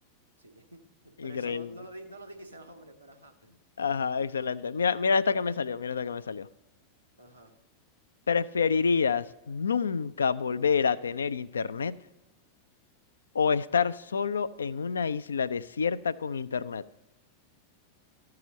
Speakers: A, on the right (about 80°); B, on the left (about 70°).
A: Sí. <laughs>
B: Increíble.
A: Pero eso no, no lo, di- no lo dicen, hombre, pero ajá.
B: Ajá, excelente. Mira, mira esta que me salió. Mira esta que me salió.
A: Ajá.
B: ¿Preferirías nunca volver a tener internet o estar solo en una isla desierta con internet?